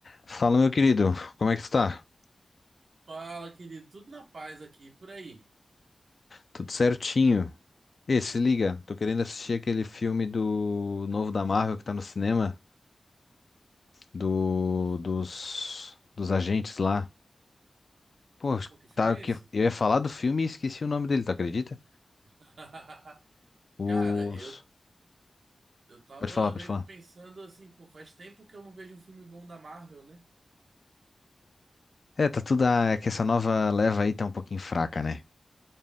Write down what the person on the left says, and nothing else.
Fala, meu querido, como é que tu tá?
Tudo certinho? Ê, se liga, tô querendo assistir aquele filme do novo da Marvel que tá no cinema, do
dos, dos agentes lá. Pô,
tá,
que
eu ia falar do filme e esqueci o nome dele, tu acredita?
Os...
Pode falar, pode
falar.
É, tá tudo... a- É que essa nova leva aí tá um pouquinho fraca, né?